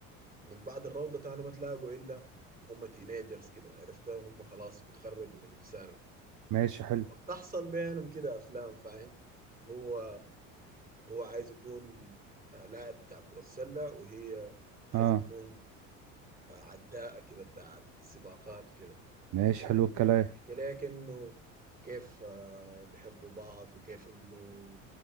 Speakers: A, on the right; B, on the right.
A: من بعد الروضه تاني ما تلاقوا الا هم تينيجرز كده عرفتها هم خلاص بيتخرجوا من الثانوي
B: ماشي حلو
A: فبتحصل بينهم كده افلام فاهم هو هو عايز يكون آه، لاعب بتاع كره السله وهي عايزه
B: اه
A: تكون عداءة كده بتاعت سباقات وكده
B: ماشي
A: وبيحكي
B: حلو الكلام
A: لك انه كيف آه، بيحبوا بعض وكيف انه